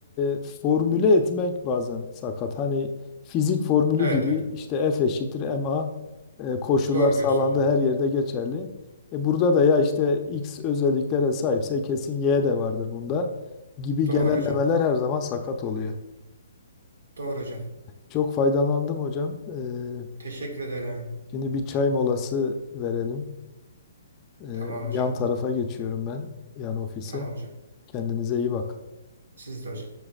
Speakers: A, on the left; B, on the right.
A: e, formüle etmek bazen sakat. Hani fizik formülü
B: Evet
A: gibi
B: evet.
A: işte F eşittir ma e, koşullar
B: Doğru
A: sağlandığı
B: diyorsunuz hocam.
A: her yerde geçerli. E, burada da ya işte x özelliklere sahipse kesin y de vardır bunda gibi
B: Doğru
A: genellemeler
B: hocam.
A: her zaman sakat oluyor.
B: Doğru hocam.
A: Çok faydalandım hocam. E,
B: Teşekkür ederim.
A: şimdi bir çay molası verelim. E,
B: Tamam hocam.
A: yan tarafa geçiyorum ben yan ofise.
B: Tamam hocam.
A: Kendinize iyi bakın.
B: Siz de hocam.